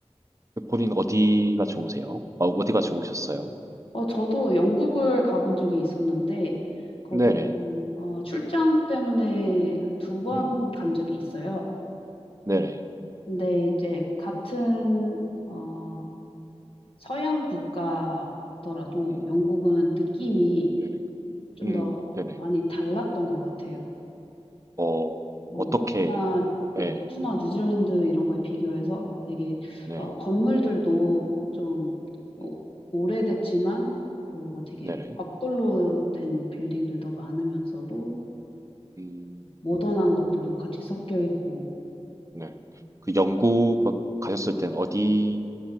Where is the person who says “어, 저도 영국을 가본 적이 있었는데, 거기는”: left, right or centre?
Left